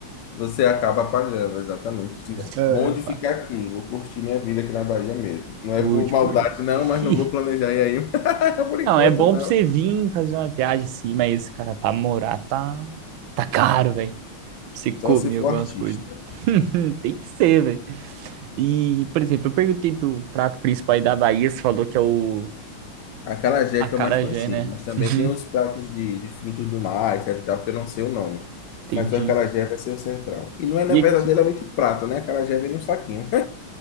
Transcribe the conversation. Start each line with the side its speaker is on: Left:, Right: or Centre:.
Left: você acaba pagando, exatamente.
Right: É,
Left: Bom de
Right: pá.
Left: ficar aqui, vou curtir minha vida aqui na Bahia mesmo. Não é
Right: Curte,
Left: por maldade,
Right: curte.
Left: não, mas
Right: <laughs>
Left: não vou planejar ir aí <laughs> por enquanto,
Right: Não, é bom
Left: não.
Right: pra você vir fazer uma viagem assim, mas, cara, pra morar tá, tá caro, velho. Pra você comer
Left: Só se for
Right: algumas
Left: artista.
Right: coisas. <laughs> Tem que ser, velho. E, por exemplo, eu perguntei do prato principal aí da Bahia, você falou que é o
Left: Acarajé
Right: acarajé,
Left: que é o mais conhecido,
Right: né?
Left: mas também
Right: Uhum,
Left: tem os pratos
Right: <laughs>
Left: de, de frutos do mar, etc e tal, que eu não sei o nome.
Right: entendi.
Left: Mas o acarajé vai ser o central. E não é né,
Right: E
Left: verdadeiramente
Right: aqui?
Left: prato, né? Acarajé vem num saquinho.